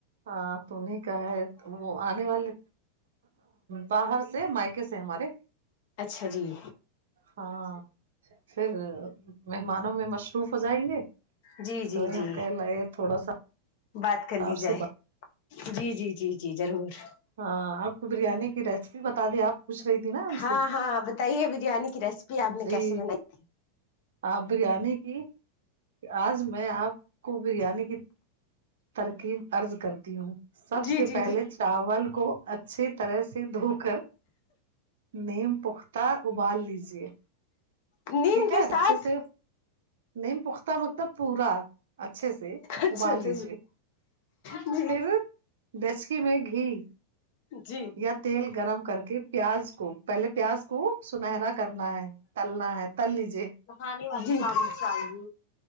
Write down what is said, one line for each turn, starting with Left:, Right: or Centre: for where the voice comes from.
Right: ہاں تو انہیں کا ہے وہ آنے والے باہر سے مائکے سے ہمارے
Left: اچھا جی
Right: ہاں پھر مہمانوں میں مش ہو جائیں گے
Left: جی جی
Right: تو
Left: جی
Right: تھوا سا
Left: بات کر لی
Right: آپ سے
Left: جائے
Right: ب
Left: جی جی جی جی ضرور
Right: ہاں آپ کو بریانی کی ریسیپی بتا دیں آپ پوچھ رہی تھی نا ہم
Left: ہاں
Right: سے
Left: ہاں بتائیے بریانی کی ریسیپی آپ
Right: جی
Left: نے کیسی بنائی تھی
Right: آپ بریانی کی آج میں آپ کو بریانی کی ترکیب ارض کرتی ہوں سب
Left: جی
Right: سے
Left: جی
Right: پہلے
Left: جی
Right: چاول کو اچھی طرح سے دھو کر نیم پختہ ابال لیجیے
Left: نیم
Right: ٹھیک
Left: کے
Right: ہے
Left: ساتھ
Right: اچھے سے نیم پختہ مطلب پورا اچھے سے
Left: اچھا
Right: ابال
Left: اچھا
Right: لیجیے
Left: جی
Right: پھر ڈچکی میں گھی
Left: جی
Right: یا تیل گرم کر کے پیاز کو پہلے پیاز کو سنہرا کرنا ہے تلنا ہے تل لیجیے
Left: نہانے والی شی چاہیے